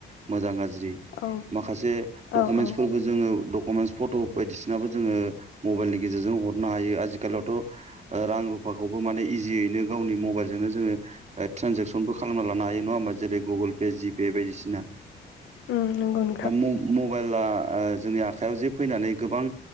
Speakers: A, on the right; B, on the left.
A: मोजां गाज्रि
B: औ
A: माखासे दकमेन्सखोबो
B: औ औ
A: जों दकमेस फ'ट' बायदिसिनाबो जोङो मबायलनि गेजेरजों हरनो हायो आजि आथिखालावथ' रां रुफाखौबो माने इजियैनो गावनि मबाइलजोंनो जोंङो ट्रेनजेकसनबो खालामना लानो हायो नंङा होमबा जेरै गुगोल पे जिपे बायदिसिना।
B: ओम नोंगौ नोंथां।
A: दा मबाइला जोंनि आखयाव जे फैनानै गोबां